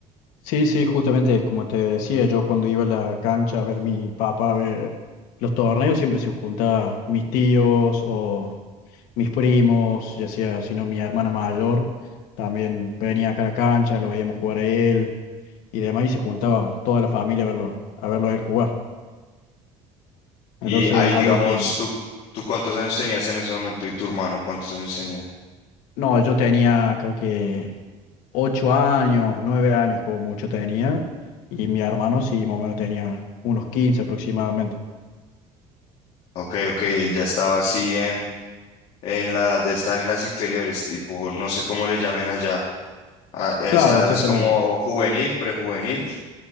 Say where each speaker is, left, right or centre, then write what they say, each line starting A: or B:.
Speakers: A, on the left; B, on the left.
A: Sí, sí, justamente como te decía, yo cuando iba a la cancha a ver mi papá, a ver los torneos, siempre se juntaban mis tíos o mis primos, ya sea, si no, mi hermana mayor, también venía acá a la cancha, lo veíamos jugar a él y demás, y se juntaba toda la familia a verlo, a verlo a él jugar.
B: Y
A: Entonces
B: ahí,
A: es
B: digamos,
A: algo que,
B: tú, tú cuántos años tenías en ese momento y tu hermano cuántos años tenía.
A: no, yo tenía creo que ocho años, nueve años como mucho tenía, y mi hermano sí, más o menos tenía unos 15 aproximadamente.
B: Ok, ok, él ya estaba así en, en la edad de estar en las inferiores, tipo, no sé cómo le llamen allá. A esa
A: Claro,
B: edad
A: exactamente.
B: es como juvenil, prejuvenil.